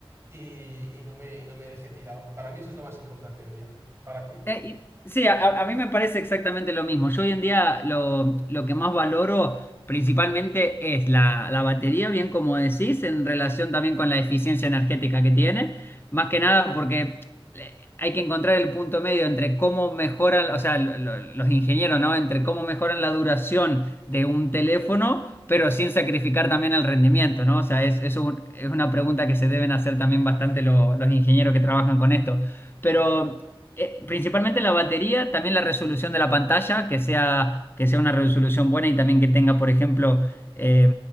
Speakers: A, on the right; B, on the left.
A: y, y no me, y no me deje tirado. Para mí eso es lo más importante hoy en día. ¿Para ti?
B: Eh, y- sí, a, a- mí me parece exactamente lo mismo. Yo hoy en día lo, lo que más valoro principalmente es la, la batería, bien como decís, en relación también con la eficiencia energética que tiene. Más
A: Mm,
B: que nada porque eh, hay que encontrar el punto medio entre cómo mejoran, o sea, lo- lo- los ingenieros, ¿no? Entre cómo mejoran la duración de un teléfono, pero sin sacrificar también el rendimiento, ¿no? O sea, es, es un- es una pregunta que se deben hacer también bastante lo- los ingenieros que trabajan con esto. Pero
A: claro,
B: eh, principalmente la batería, también la resolución de la pantalla, que sea, que sea una resolución buena y también que tenga, por ejemplo, eh,